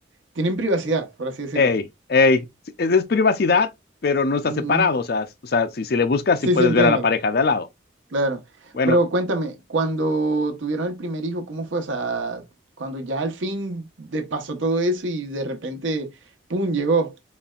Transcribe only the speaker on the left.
ey, ey. Sí, Es, es privacidad, pero no está
separado, o sea, s- o sea, si, si le buscas,
sí puedes
ver a la pareja de al lado.
Bueno,